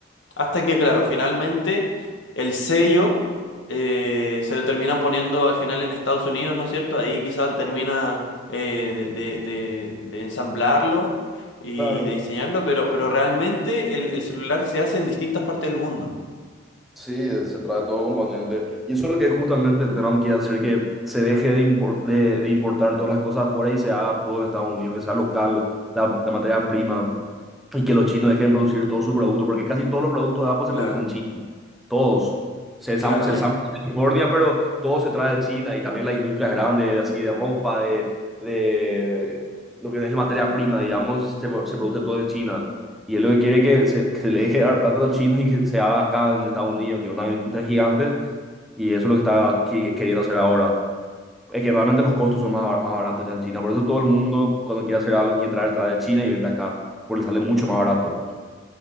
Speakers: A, on the left; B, in the centre.
A: hasta que, claro, finalmente el sello eh, se lo terminan poniendo al final en Estados Unidos, ¿no es cierto? Ahí quizás termina eh, de, de- de- de ensamblarlo y
B: Claro.
A: de diseñarlo, pero, pero realmente el, el celular se hace en distintas partes del mundo.
B: Sí, eh, se trae todo componente. Y eso es lo que justamente Trump quiere hacer, que se deje de, impor- de, de importar todas las cosas afuera y se haga todo en Estados Unidos, que sea local la, la materia prima y que los chinos dejen producir todo su producto, porque casi todos los productos de Apple se
A: Claro,
B: producen en China. Todos. Se ensam-
A: claro,
B: se
A: es,
B: ensambla en California, pero todo se trae de China y también las industrias grandes, así de ropa, de, de lo que es la materia prima, digamos, se, se produce todo de China. Y él lo que quiere es que se, que se le deje dar plata a los chinos y que se haga acá en Estados Unidos, que es una industria gigante. Y eso es lo que está qui- queriendo hacer ahora. Es que realmente los costos son más, bar- más baratos ya en China. Por eso todo el mundo, cuando quiere hacer algo, quiere traer, trae de China y vende acá, porque le sale mucho más barato.